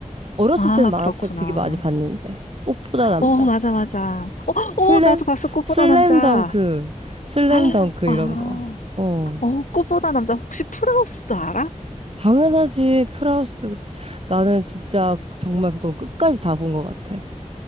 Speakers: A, on the right; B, on the left.
A: 어렸을
B: 아,
A: 땐 만화책
B: 그렇구나.
A: 되게 많이 봤는데. 꽃보다 남자.
B: 어, 맞아, 맞아. 어,
A: 슬램?
B: 어, 나도 봤어. 꽃보다
A: 슬램덩크.
B: 남자.
A: 슬램덩크
B: 아, 아.
A: 이런 거. 어.
B: 어, 꽃보다 남자. 혹시 프라우스도 알아?
A: 당연하지. 프라우스. 나는 진짜 정말 그건 끝까지 다 본 것 같아.